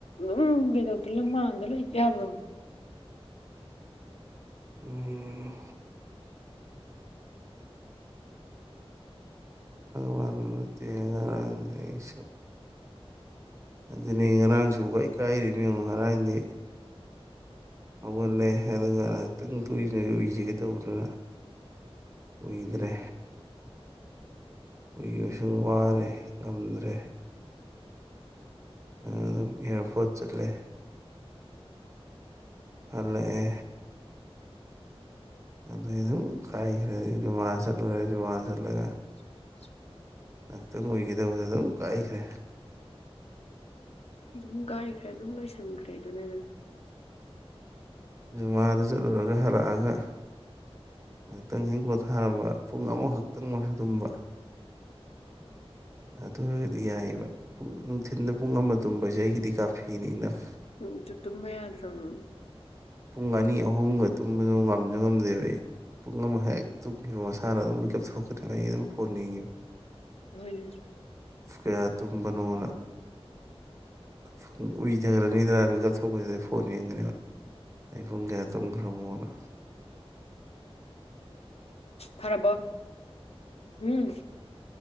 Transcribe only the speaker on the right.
ꯎꯝ ꯋꯥꯅꯅꯠꯇ ꯉꯔꯥꯡ ꯂꯩꯁꯨ ꯑꯗꯨꯅꯤ ꯉꯔꯥꯡꯁꯨ ꯀꯥꯏ ꯀꯥꯏꯔꯤ ꯌꯦꯡꯉꯣ ꯉꯔꯥꯡꯗꯤ ꯍꯧꯒꯠꯂꯦ ꯑꯗꯨꯒ ꯉꯥꯏꯍꯥꯛꯇꯪ ꯀꯨꯏ ꯎꯏꯖꯒꯦ ꯇꯧꯕꯗꯨꯅ ꯎꯏꯗ꯭ꯔꯦ ꯎꯏꯕꯁꯨ ꯋꯥꯔꯦ ꯉꯝꯗ꯭ꯔꯦ ꯑꯗꯨꯝ ꯏꯌꯥꯔꯄꯣꯔꯠ ꯆꯠꯂꯦ ꯍꯜꯂꯑꯦ ꯑꯗꯨꯝ ꯀꯥꯏꯈ꯭ꯔꯦ ꯃꯥ ꯆꯠꯂꯨꯔꯦ ꯃꯥ ꯆꯠꯂꯒ
ꯉꯥꯏꯍꯥꯛꯇꯪ ꯎꯏꯒꯗꯕꯗ ꯑꯗꯨꯝ ꯀꯥꯏꯈ꯭ꯔꯦ
ꯖꯨꯃꯥꯗꯨ ꯆꯠꯂꯨꯔꯒ ꯍꯜꯂꯛꯑꯒ ꯉꯍꯥꯛꯇꯪ ꯍꯦꯛ ꯄꯣꯊꯥꯔꯝꯕ ꯄꯨꯡ ꯑꯃꯈꯛꯇꯪ ꯑꯣꯏꯔꯁꯨ ꯇꯨꯝꯕ ꯑꯗꯨ ꯑꯣꯏꯔꯒꯗꯤ ꯌꯥꯏꯑꯕ ꯄ ꯅꯨꯡꯊꯤꯟꯗ ꯄꯨꯡ ꯑꯃ ꯇꯨꯝꯕꯁꯦ ꯑꯩꯒꯤꯗꯤ ꯀꯥꯐꯤꯅꯤ ꯏꯅꯞ
ꯄꯨꯡ ꯑꯅꯤ ꯑꯍꯨꯝꯒ ꯇꯨꯝꯕꯗꯨ ꯉꯝꯁꯨ ꯉꯝꯗꯦꯕ ꯑꯩ ꯄꯨꯡ ꯑꯃꯛ ꯍꯦꯛ ꯇꯨꯝꯈꯤꯕ ꯃꯁꯥꯅ ꯑꯗꯨꯝ ꯃꯤꯀꯞ ꯊꯣꯛꯀ꯭ꯔꯕ ꯑꯩ ꯑꯗꯨꯝ ꯐꯣꯟ ꯌꯦꯉꯤꯕ
ꯀꯌꯥ ꯇꯨꯝꯕꯅꯣꯅ ꯄꯨꯡ ꯎꯏꯊꯔꯅꯤꯗꯅ ꯃꯤꯀꯞ ꯊꯣꯛꯄꯁꯤꯗ ꯐꯣꯟ ꯌꯦꯡꯒꯅꯦꯕ ꯑꯩ ꯄꯨꯡ ꯀꯌꯥ ꯇꯨꯝꯈ꯭ꯔꯃꯣꯅ